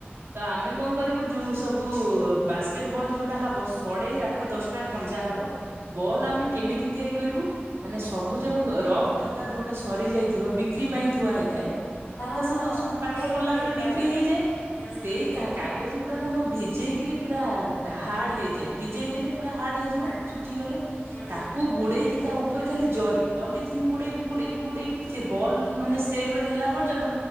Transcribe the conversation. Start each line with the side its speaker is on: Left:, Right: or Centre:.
Right: ତ ଆମେ କଣ କରିବୁ ଯୋଉ ସବୁ ବାସ୍କେଟ ବଲ୍ ଯୋଉଟା ହବ ସଢଡେଇ ଆଠ ଦଶଟା ଖଞ୍ଜା ହବ ବଲ୍ ଆମେ କେମିତି ତିଆରି କରିବୁ ମାନେ ସବୁ ଯାକ ରଫ ଖାତା ଯୋଉଟା ସରିଯାଇଥିବ ବିକ୍ରି ପାଇଁ ଥୁଆ ହେଇଥାଏ
Left: ହଁ
Right: ଖାତ ସବୁ
Left: ହଁ ହଁ
Right: ପାଠ
Left: ଠିକ
Right: ପଢିଲା
Left: ଠିକ
Right: ପରେ ବିକ୍ରି
Left: କହିଲ
Right: ହେଇଯାଏ
Left: ହୁଁ
Right: ସେଇ କାହା କାଗଜ ଗୁଡାକ ଆମ ଭିଜେଇକିରି ପୁରା ହାର୍ଡ ହେଇଯାଏ ଭିଜେଇ ଦେଲେ ପୁରା ହାର୍ଡ ହେଇଯାଏ
Left: ଆଡେ
Right: ଶୁଖି ଗଲେ
Left: ହୁଁ।
Right: ତାକୁ ଗୋଡେଇକି ତା ଉପରେ ଖାଲି ଜରି ପଲିଥନ୍ ଗୁଡେଇବୁ ଗୁଡେଇବୁ ଗୁଡେଇବୁ ସେ ବଲ୍ ମାନେ ସେପ ହେଲା ପର୍ଯ୍ୟନ୍ତ